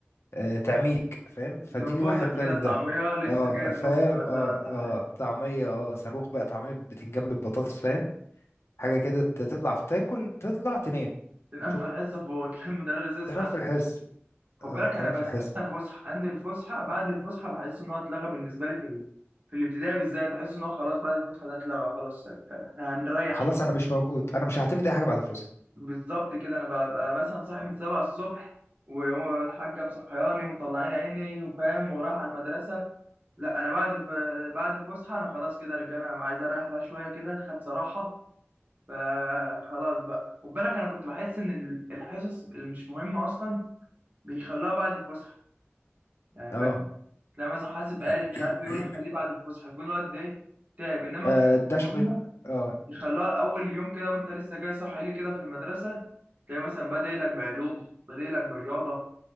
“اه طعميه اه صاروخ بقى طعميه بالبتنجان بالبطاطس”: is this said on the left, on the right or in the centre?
Left